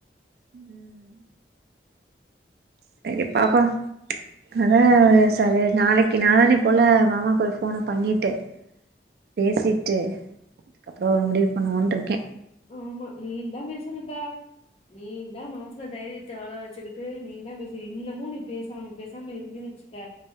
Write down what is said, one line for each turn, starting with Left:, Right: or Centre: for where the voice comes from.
Right: உம் செரி பாப்பா அதா ஒரு ச நாளைக்கு நாளான்னே போல மாமாவுக்கு ஒரு ஃபோனப் பண்ணிட்டு பேசிட்டு அதுக்கப்புறோ ஒரு முடிவு பண்ணுவோன்ட்டு இருக்க
Left: ஆமா நீயுந்தா பேசுனக்கா நீ தா மனசுல தைரியத்த வர வழச்சுக்கிட்டு நீயுந்தா பேசி இன்னமும் நீ பேசாமப் பேசாம இருந்தனு வெச்சுக்க